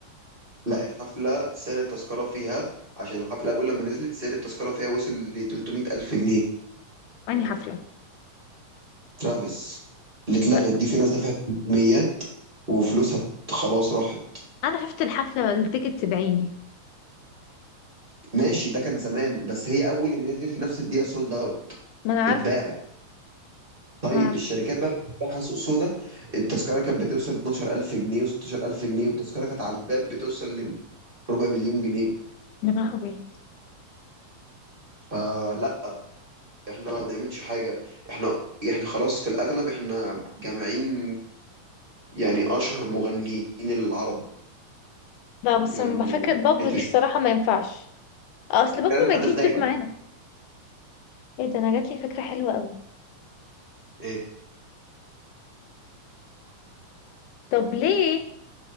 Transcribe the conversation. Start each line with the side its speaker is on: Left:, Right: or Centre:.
Right: لا الحفله سعر التذكره فيها عشان الحفله اول لما نزلت سعر التذكره فيها وصل ل 300 الف جنيه
Left: يعني حفلة
Right: ترافيس اللي اتلغت
Left: لا
Right: دي في ناس دفعت 300 وفلوسها خلاص راحت
Left: انا شفت الحفلة التيكت بعيني
Right: ماشي ده كان زمان بس هي اول لما نزلت في نفس الدقيقه سولد اوت
Left: ما انا
Right: اتباعت
Left: عارفه
Right: طيب
Left: ما انا عارفه
Right: الشركات بقى بتفتحها سوق سودا التذكره كانت بتوصل 12000 جنيه و16000 جنيه والتذكره كانت على الباب بتوصل لربع مليون جنيه
Left: يا لهوي
Right: فلا احنا ما بنعملش حاجة احنا احنا خلاص في الأغلب احنا جامعين يعني أشهر مغنيين العرب
Left: لا بس
Right: يعني
Left: ما فكرة بابلو
Right: انت
Left: دي
Right: مش
Left: الصراحة ما ينفعش اصل بابلو
Right: كان الحدث
Left: ما يجيش
Right: ده
Left: ضيف
Right: هيبقى
Left: معانا ايه ده انا جات لي فكرة حلوة قوي
Right: ايه
Left: طب ليه